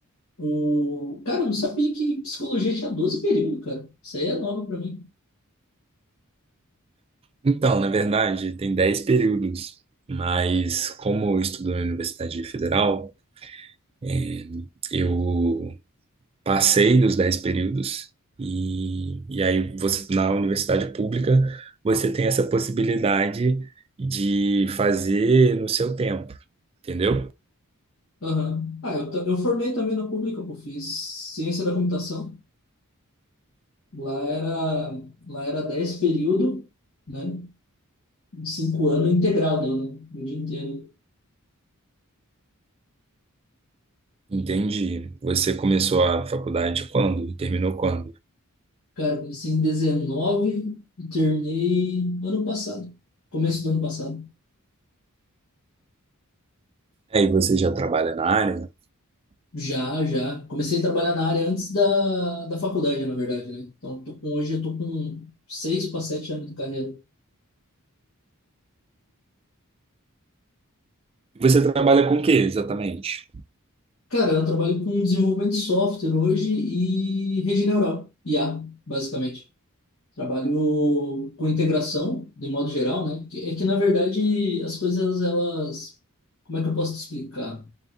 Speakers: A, on the left; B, on the right.
A: o... Cara, eu não sabia que psicologia tinha 12 períodos, cara. Isso aí é novo pra mim.
B: Então, na verdade, tem 10 períodos, mas como eu estudo na Universidade Federal, é, eu passei dos 10 períodos, e, e aí você, na universidade pública você tem essa possibilidade de fazer no seu tempo, entendeu?
A: Aham. Ah, eu, ta- eu formei também na pública, pô. Fiz ciência da computação. Lá era, lá era 10 períodos, né? De 5 anos integral, né? O dia inteiro.
B: Entendi. Você começou a faculdade quando? E terminou quando?
A: Cara, comecei em 19 e terminei ano passado. Começo do ano passado.
B: Aí você já trabalha na área?
A: Já, já. Comecei a trabalhar na área antes da, da faculdade, na verdade, né? Então, eu tô com, hoje eu tô com seis para sete anos de carreira.
B: Você trabalha com o que exatamente?
A: Cara, eu trabalho com desenvolvimento de software hoje e rede neural, IA, basicamente. Trabalho com integração, de modo geral, né? Que- É que, na verdade, as coisas, elas... Como é que eu posso te explicar?